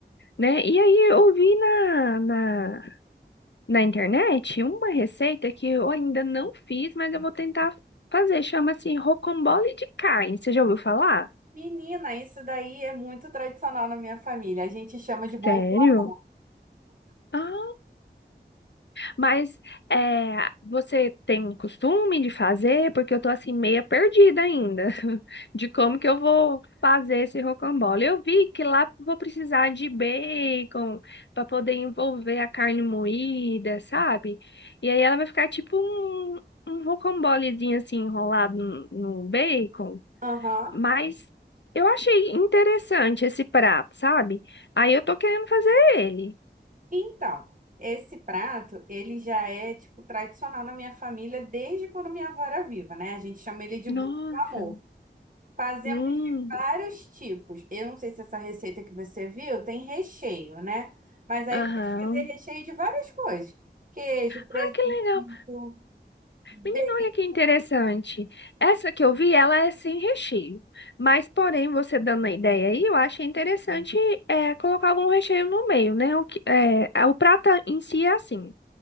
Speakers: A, on the left; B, on the right.
A: né? E aí eu vi na, na na internet uma receita que eu ainda não fiz, mas eu vou tentar fazer. Chama-se rocambole de carne. Você já ouviu falar?
B: menina, isso daí é muito tradicional na minha família. A gente chama de bolo
A: Sério?
B: do amor.
A: Ah, Mas é, você tem um costume de fazer? Porque eu tô assim meia perdida ainda <laughs> de como que eu vou fazer esse rocambole. Eu vi que lá vou precisar de bacon para poder envolver a carne moída, sabe? E aí ela vai ficar tipo um, um rocambolezinho assim enrolado no, no bacon.
B: Aham.
A: Mas eu achei interessante esse prato, sabe? Aí eu tô querendo fazer ele.
B: Então, esse prato, ele já é, tipo, tradicional na minha família desde quando minha avó era viva, né? A gente chama ele de
A: Nossa.
B: bolo do amor. Fazemos
A: Hum.
B: de vários tipos. Eu não sei se essa receita que você viu tem recheio, né? Mas aí
A: Aham.
B: pode fazer recheio de várias coisas. Queijo, presunto,
A: Ah, que legal.
B: bacon.
A: Menina, olha que interessante. Essa que eu vi, ela é sem recheio. Mas, porém, você dando a ideia aí, eu achei interessante é, colocar algum recheio no meio, né? O, que, é, a- o prato em si é assim.